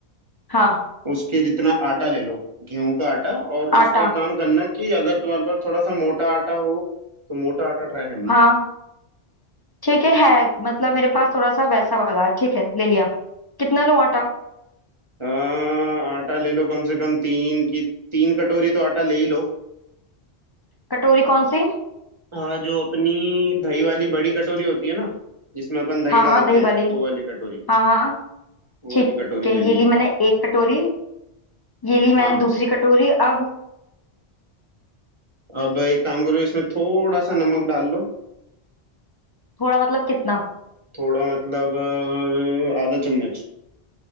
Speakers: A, on the left (about 40°); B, on the right (about 30°).
A: हाँ
B: उसके जितना आटा ले लो गेहूं का आटा और
A: आटा
B: उसको एक काम करना कि अगर तुम्हारे पास थोड़ा सा मोटा आटा हो तो मोटा आटा ट्राई करना
A: हाँ ठीक है है मतलब मेरे पास थोड़ा सा वैसा वाला है ठीक है ले लिया कितना लूं आटा
B: हाँ आटा ले लो कम से कम तीन की तीन कटोरी तो आटा ले ही लो
A: कटोरी कौन सी
B: हाँ जो अपनी दही वाली बड़ी कटोरी होती है ना जिसमें अपन दही
A: हाँ
B: डालते
A: हाँ दही
B: हैं
A: वाली
B: वो वाली कटोरी
A: हाँ हाँ
B: वो
A: ठीक
B: वाली कटोरी
A: है
B: लेनी
A: ये ली
B: है
A: मैंने एक कटोरी ये ली मैंने
B: हाँ
A: दूसरी कटोरी अब
B: अब एक काम करो इसमें थोड़ा सा नमक डाल लो
A: थोड़ा मतलब कितना
B: थोड़ा मतलब अ, आधा चम्मच